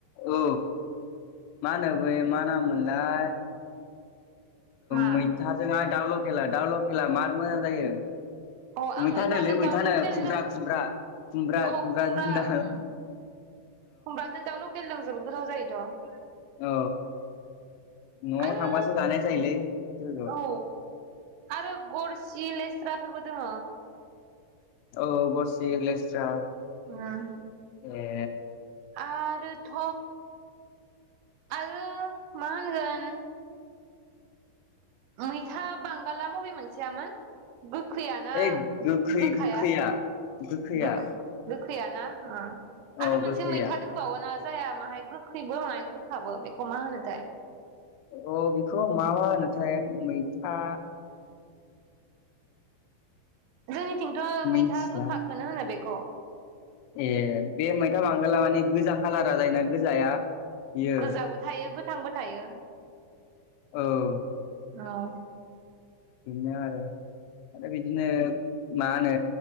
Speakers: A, on the left (about 85°); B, on the right (about 80°).
A: औ मा होनो बै मा नामोनलाय
B: मा
A: मैथाजों आरो दाउ लकेला दाउ लकेला मार मोजां जायो
B: अ आं
A: मैथानोलै
B: मैथाजों
A: मैथानो
B: दाउ लकेलजों
A: खुमब्रा खुमब्रा खुमब्रा
B: अ
A: खुमब्रा जोंना
B: उम खुमब्राजों दा लकेलजों जोबोद गोजाव जायोथ'
A: औ न'आव
B: आरो
A: थांबासो जानाय जायोलै जौखौ
B: औ आरो गरसि लेस्राफोरबो दङ
A: औ गरसे लेस्राफोरबो
B: उम
A: दङ ए
B: आरोथ' आरो मा होनगोन मैथा बांगला बबे मोनसेयामोन गोसोया ना
A: ओइ गोखै
B: गोखाया
A: गोखैया गोखैया
B: गो गोखैया ना
A: औ
B: आरो मोनसे
A: गोखैया
B: मैथा दंबाव ना जाया माहाय गोखैबो माय गोखाबो बेखौ मा होनोथाय
A: अ बेखौ मा मा होनोथाय मैथा
B: जोंनिथिंथ' मैथा
A: मिथिला
B: गोखाखौननो होनो बेखौ
A: ए बे मैथा बांगोला माने गोजा खाालारा जायोना गोजाया बियो
B: गोजाबो थायो गोथांबो थायो
A: औ
B: औ
A: बि आरो आरो आरो बिदिनो मा होनो